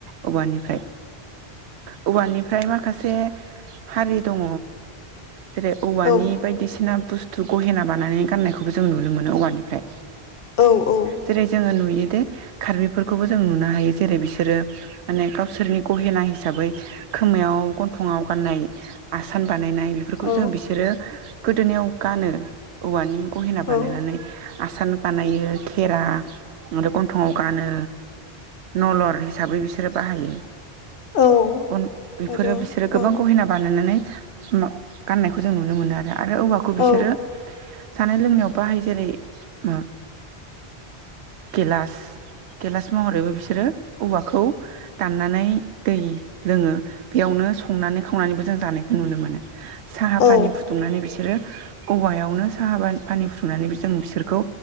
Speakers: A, on the right; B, on the left.
A: औवानिफ्राय औवानिफ्राय माखासे हारि दङ जेरै औवानि
B: औ
A: बायदिसिना बुस्थु गहेना बानायानानै गाननायखौबो जों नुनो मोनो औवानिफ्राय
B: औ औ
A: जेरै जोङो नुयो जे खार्बिफोरखौबो जों नुनो हायो जेरै- बिसोरो माने गावसोरनि गहेना हिसाबै खोमायाव गन्थंआव गाननाय आसान बानायनाय खौ
B: औ
A: जों बिसोरो गोदोनायाव गानो औवानि गहेना बानायनानै
B: औ
A: आसान बानायो खेरा आरो गन्थंआव गानो नलर हिसाबै बिसोरो बाहायो
B: औ
A: गन बेफोरो
B: आरो
A: बिसोरो गोबां
B: ओं
A: गहेना बानायनानै मा गाननायखौ जों नुनो मोनो आरो आरो औवाखौ बिसोरो
B: औ
A: जानाय लोंनायाव बाहायो जेरै- ओम गेलास गेलास महरैबो बिसोरो औवाखौ दाननानै दै लोङो बेयावनो संनानै खावनानैबो जों जानायखौ नुनो मोनो। साहा
B: औ
A: फानि फुदुंनानै बिसोरो औवायावनो साहा बा फानि फुथुंनानैबो जों बिसोरखौ